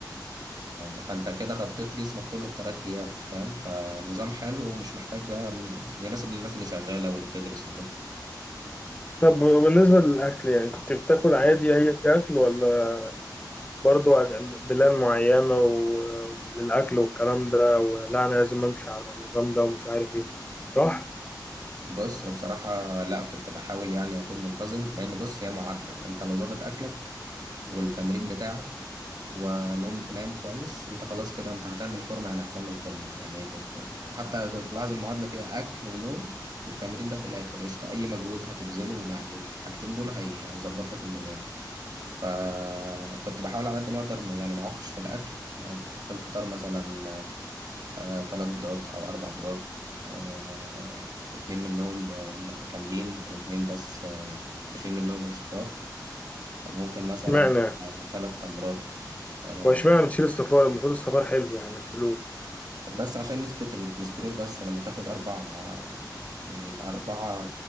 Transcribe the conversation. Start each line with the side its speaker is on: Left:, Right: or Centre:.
Right: فأنت كده غطيت جسمك كله في تلات أيام فاهم فالنظام حلو ومش محتاج بقى ال- يناسب للناس اللي شغالة واللي بتدرس وكده
Left: طب وبالنسبه للاكل يعني كنت بتاكل عادي اي اكل ولا برضو بلان معينه و- وللاكل والكلام ده ولا انا لازم امشي على النظام ده ومش عارف ايه صح
Right: بص بصراحة لا كنت بحاول يعني أكون منتظم لأن بص هي معادلة أنت لو ظابط أكلك والتمرين بتاعك ونوم نايم كويس انت خلاص كده انت هتعمل فورمة يعني هتعمل فورمة يعني ده- ت- حتى تلاحظ المعادلة فيها أكل ونوم والتمرين ده في الآخر قشطة أي مجهود هتبذله مع الحاجتين دول هي... هيظبط لك الدنيا يعني فكنت بحاول على قد ما أقدر ما- يعني ما أعكش في الأكل في الفطار مثلا آه، تلات بيضات أو أربع بيضات آه، اتنين منهم ب- كاملين واتنين بس آه، بشيل منهم الصفار ممكن مثلا
Left: اشمعنى
Right: آه، تلات تمرات آه،
Left: هو اشمعنى بتشيل الصفار المفروض الصفار حلو يعني ما تشيلوش
Right: بس عشان نسبة الكوليسترول بس لما تاخد أربع آه، يعني أربعة